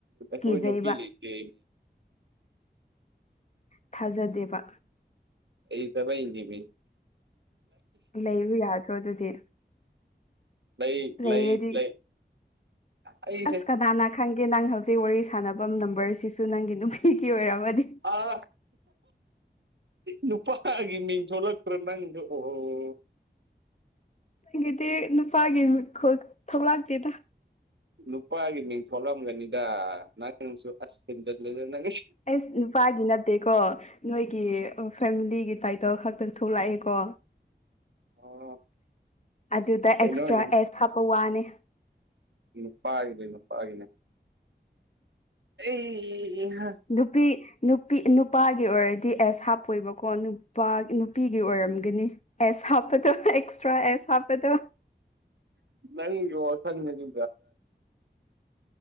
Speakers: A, on the right; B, on the left.
A: ꯀꯣꯏ
B: ꯀꯤꯖꯩꯕ
A: ꯅꯨꯄꯤ ꯂ ꯀ
B: ꯊꯥꯖꯗꯦꯕ
A: ꯇ ꯃꯤꯗꯤ
B: ꯂꯩꯕ ꯌꯥꯗ꯭ꯔꯣ ꯑꯗꯨꯗꯤ
A: ꯂꯩ
B: ꯂꯩꯔꯗꯤ
A: ꯂꯩ ꯂꯩ ꯑꯩꯁꯦ
B: ꯑꯁ ꯀꯅꯥꯅ ꯈꯪꯒꯦ ꯅꯪ ꯍꯧꯖꯤꯛ ꯋꯥꯔꯤ ꯁꯥꯟꯅꯐꯝ ꯅꯝꯕꯔꯁꯤꯁꯨ ꯅꯪꯒꯤ ꯅꯨꯄꯤꯒꯤ ꯑꯣꯏꯔꯝꯔꯕꯗꯤ
A: ꯑ ꯅꯨꯄꯥꯒꯤ ꯃꯤꯟ ꯆꯣꯂꯛꯇ꯭ꯔ ꯅꯪꯁꯨ ꯑꯣꯣ
B: ꯒꯤꯗꯤ ꯅꯨꯄꯥꯒꯤ ꯊꯧꯂꯥꯛꯇꯦꯗ
A: ꯅꯨꯄꯥꯒꯤ ꯃꯤꯡ ꯊꯣꯛꯣꯂꯝꯒꯅꯤꯗ ꯅꯪꯁꯨ ꯑꯁ ꯍꯤꯟꯖꯜꯂꯦꯗ ꯅꯪ
B: ꯑꯩꯁ ꯅꯨꯄꯥꯒꯤ ꯅꯠꯇꯦꯀꯣ ꯅꯣꯏꯒꯤ ꯐꯦꯃꯤꯂꯤꯒꯤ ꯇꯥꯏꯇꯜ ꯈꯛꯇ ꯊꯣꯛꯂꯛꯑꯦ ꯀꯣ
A: ꯑꯣ
B: ꯑꯗꯨꯗ
A: ꯀꯩꯅꯣꯅꯦ
B: ꯑꯦꯛꯁꯇ꯭ꯔꯥ ꯑꯦꯁ ꯍꯥꯞꯄ ꯋꯥꯅꯤ
A: ꯅꯨꯄꯥꯒꯤꯅꯦ ꯅꯨꯄꯥꯒꯤꯅꯦ ꯑꯦ
B: ꯅꯨꯄꯤ ꯅꯨꯄꯤ ꯅꯨꯄꯥꯒꯤ ꯑꯣꯏꯔꯗꯤ ꯑꯦꯁ ꯍꯥꯞꯄꯣꯏꯕꯀꯣ ꯅꯨꯄꯥ ꯅꯨꯄꯤꯒꯤ ꯑꯣꯏꯔꯝꯒꯅꯤ ꯑꯦꯁ ꯍꯥꯞꯄꯗꯣ ꯑꯦꯛꯁꯇ꯭ꯔꯥ ꯑꯦꯁ ꯍꯥꯞꯄꯗꯣ
A: ꯅ ꯌꯁꯖꯤꯗꯅꯤ